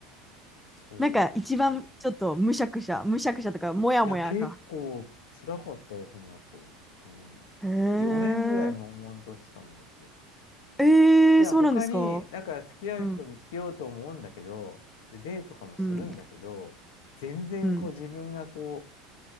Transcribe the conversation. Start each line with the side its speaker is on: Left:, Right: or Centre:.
Left: そう。
Centre: なんか一番ちょっとむしゃくしゃ、むしゃくしゃとか、もやもやか。
Left: いや、結構、辛かったよ、その後。うん。
Centre: へえ。
Left: 4年ぐらい悶々としたもんだって。
Centre: ええそうなんですか
Left: いや、他に、だから付き合う人を見つけようと思うんだけど、
Centre: うん、
Left: でデートとかもするんだけど、
Centre: うん、
Left: 全然こう自分がこ
Centre: うん。